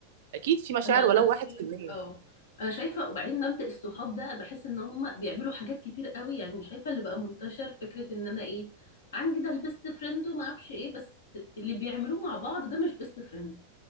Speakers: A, on the right (about 65°); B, on the left (about 75°).
A: اكيد في مشاعر
B: انا عن
A: ولو
B: نفسي
A: واحد في المية
B: اه انا شايفه وبعدين مبدأ الصحاب ده بحس ان هم بيعملوا حاجات كتير قوي يعني شايفه اللي بقى منتشر فكره ان انا ايه عندي ده البيست فريند وما اعرفش ايه بس اللي بيعملوه مع بعض ده مش بيست فريند